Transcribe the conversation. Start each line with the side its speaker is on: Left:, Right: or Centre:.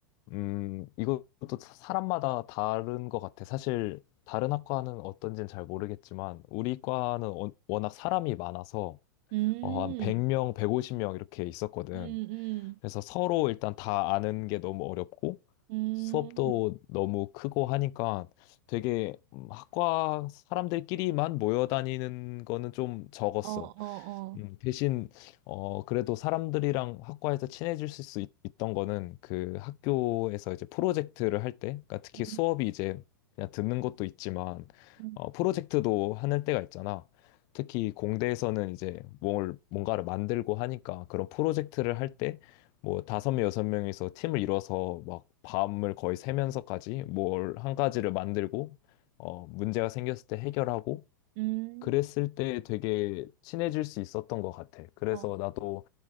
Left: 음 이것도 사- 사람마다 다른 것 같아. 사실 다른 학과는 어떤지는 잘 모르겠지만 우리 과는 워- 워낙 사람이 많아서
Right: 음,
Left: 어, 한 100명, 150명 이렇게 있었거든.
Right: 음, 음,
Left: 그래서 서로 일단 다 아는 게 너무 어렵고
Right: 음.
Left: 수업도
Right: 음.
Left: 너무 크고 하니까 되게 음, 학과 사람들끼리만 모여 다니는 거는 좀 적었어.
Right: 어, 어,
Left: 음, 대신 어 그래도 사람들이랑 학과에서 친해질 수 있, 던 거는 그 학교에서 이제 프로젝트를 할 때, 그러니까 특히
Right: 어.
Left: 수업이 이제 그냥 듣는 것도 있지만
Right: 음,
Left: 어 프로젝트도 하는 때가 있잖아. 특히 공대에서는 이제 뭘 뭔가를 만들고 하니까 그런 프로젝트를 할 때 뭐 다섯 명 여섯 명이서 팀을 이뤄서 막 밤을 거의 새면서까지 뭘 한 가지를 만들고 어 문제가 생겼을 때 해결하고
Right: 음.
Left: 그랬을 때 되게 친해질 수 있었던 것 같아. 그래서
Right: 어,
Left: 나도